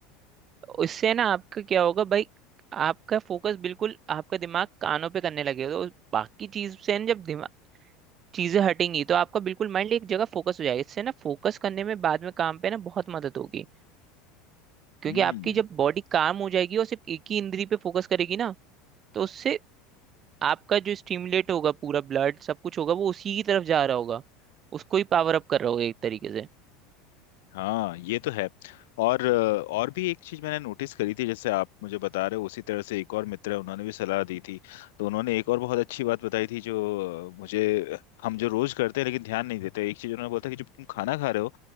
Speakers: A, on the right (about 25°); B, on the left (about 80°).
A: उससे ना आपका क्या होगा भाई आपका फोकस बिल्कुल आपका दिमाग कानों पे करने लगेगा तो बाकी चीज से ना जब दिमाग चीजें हटेंगी तो आपका बिल्कुल माइंड एक जगह फोकस हो जाएगा इससे ना फोकस करने में बाद में काम पे ना बहुत मदद होगी क्योंकि
B: हम्म
A: आपकी जब बॉडी काम हो जाएगी और सिर्फ एक ही इंद्री पे फोकस करेगी ना तो उससे आपका जो स्टिमुलेट होगा पूरा ब्लड सब कुछ होगा वो उसी की तरफ जा रहा होगा उसको ही पावर अप कर रहा होगा एक तरीके से
B: हाँ ये तो है और अ, और भी एक चीज मैंने नोटिस करी थी जैसे आप मुझे बता रहे हो उसी तरह से एक और मित्र है उन्होंने भी सलाह दी थी तो उन्होंने एक और बहुत अच्छी बात बताई थी जो अ, मुझे हम जो रोज करते हैं लेकिन ध्यान नहीं देते एक चीज उन्होंने बोला था कि जब तुम खाना खा रहे हो